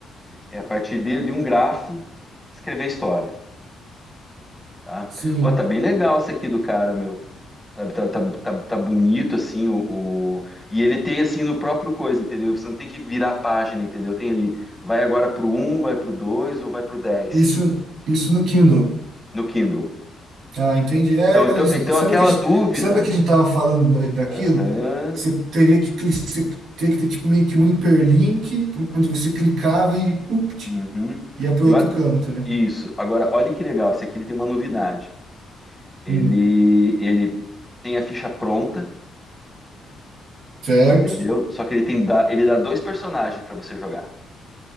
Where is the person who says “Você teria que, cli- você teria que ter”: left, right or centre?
Right